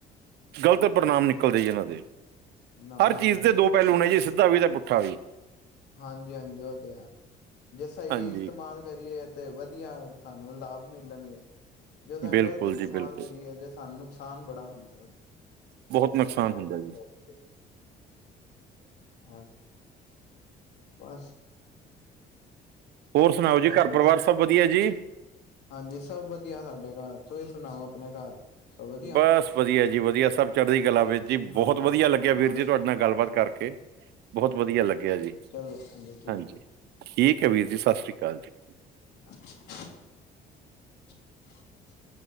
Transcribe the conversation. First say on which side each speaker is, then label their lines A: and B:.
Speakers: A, on the right; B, on the left.
A: ਗ਼ਲਤ ਪ੍ਰਣਾਮ ਨਿਕਲਦੇ ਜੀ ਇਹਨਾਂ ਦੇ
B: ਨਾ
A: ਹਰ
B: ਹਾਂਜੀ
A: ਚੀਜ਼ ਦੇ ਦੋ ਪਹਿਲੂ ਨੇ ਜੀ, ਸਿੱਧਾ ਵੀ ਤੇ ਪੁੱਠਾ ਵੀ।
B: ਹਾਂਜੀ ਹਾਂਜੀ ਇਹ ਤੇ ਹੈ ਜੇ ਸਹੀ
A: ਹਾਂਜੀ
B: ਇਸਤੇਮਾਲ ਕਰੀਏ ਤੇ ਵਧੀਆ ਸਾਨੂੰ ਲਾਭ ਮਿਲਣਗੇ। ਜੇ ਤਾਂ
A: ਬਿਲਕੁਲ
B: ਗ਼ਲਤ ਇਸਤੇਮਾਲ
A: ਜੀ ਬਿਲਕੁਲ
B: ਕਰੀਏ ਜੇ ਸਾਨੂੰ ਨੁਕਸਾਨ ਬੜਾ ਹੁੰਦਾ
A: ਬਹੁਤ ਨੁਕਸਾਨ
B: ਬਹੁਤ
A: ਹੁੰਦਾ
B: ਨੁਕਸਾਨ
A: ਜੀ।
B: ਹਾਂ, ਬਸ
A: ਹੋਰ ਸੁਣਾਓ ਜੀ
B: ਬਸ
A: ਘਰ
B: ਥੋੜਾ
A: ਪਰਿਵਾਰ ਸਭ ਵਧੀਆ ਜੀ।
B: ਹਾਂਜੀ ਸਭ ਵਧੀਆ ਸਾਡੇ ਘਰ, ਤੁਸੀਂ ਸੁਣਾਓ ਆਪਣੇ ਘਰ। ਸਭ ਵਧੀਆ
A: ਬਸ ਵਧੀਆ ਜੀ ਵਧੀਆ, ਸਭ ਚਰ ਦੀ ਗੱਲ ਵੀਰ ਜੀ
B: ਹਾਂਜੀ
A: ਬਹੁਤ ਵਧੀਆ ਲੱਗਿਆ ਵੀਰ
B: ਬਸ
A: ਜੀ ਤੁਹਾਡੇ ਨਾਲ ਗੱਲਬਾਤ ਕਰਕੇ। ਬਹੁਤ ਵਧੀਆ ਲੱਗਿਆ ਜੀ,
B: ਚਲੋ ਠੀਕ
A: ਹਾਂਜੀ।
B: ਹੈ
A: ਠੀਕ ਐ ਵੀਰ ਜੀ, ਸਤਿ ਸ੍ਰੀ ਅਕਾਲ ਜੀ।
B: <inaudible> <inaudible>